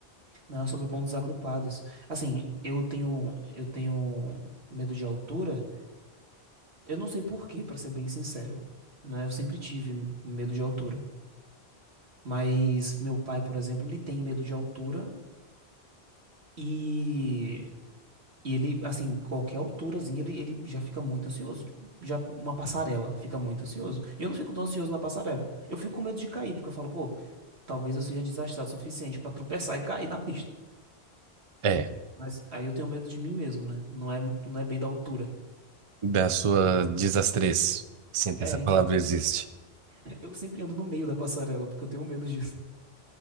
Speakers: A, on the right; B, on the right.
A: Não, é sobre pontos agrupados. Assim, eu tenho, eu tenho medo de altura. Eu não sei por quê, pra ser bem sincero. Né? Eu sempre tive medo de altura. Mas meu pai, por exemplo, ele tem medo de altura. E E ele, assim, qualquer alturazinha, ele, ele já fica muito ansioso. Tipo, já uma passarela fica muito ansioso. Eu não fico tão ansioso na passarela. Eu fico com medo de cair, porque eu falo, pô, talvez eu seja desastrado o suficiente pra tropeçar e cair na pista.
B: É,
A: Mas aí eu tenho medo de mim mesmo, né? Não é, não é bem da altura.
B: da sua desastrez, se é que
A: É,
B: essa palavra
A: então,
B: existe.
A: <laughs> eu sempre ando no meio da passarela, porque eu tenho medo disso.